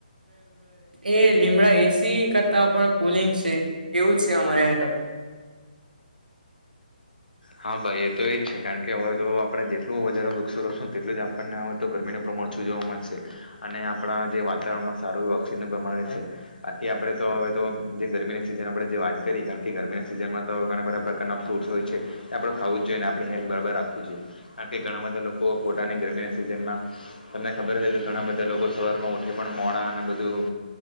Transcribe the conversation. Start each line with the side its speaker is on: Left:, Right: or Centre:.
Right: એ લીમડા એસી કરતા પણ કુલિંગ છે એવું છે અમારે અયા તો
Left: હા ભાઈ એ તો એજ છે કારણ કે હવે તો આપણેે જેટલું વધારે વૃક્ષો રોપશું તેટલું જ આપણને હવે તો ગરમીનો પ્રમા મળતું જોવા મળશે અને આપણા જે વાતાવરણમાં સારું ઓક્સીજન પ્રમાણ રેય છે બાકી આપડે તો હવે તો જે ગરમીની સિઝન આપણે જે વાત કરી કારણ કે ગરમીની સિઝનમાં તો ઘણા બધા પ્રકારના ફ્રૂટસ હોય છે. તો આપણું ખાવું જ જોઈએ અને આપણી હેલ્થ બરાબર રાખવું જ જોઈએ કારણ કે ઘણા બધા લોકો પોતાને ગરમીના સિઝનમાં તમને ખબર જ હોય કે ઘણા બધા લોકો સવાર માં ઉઠે પણ મોડા અને બધું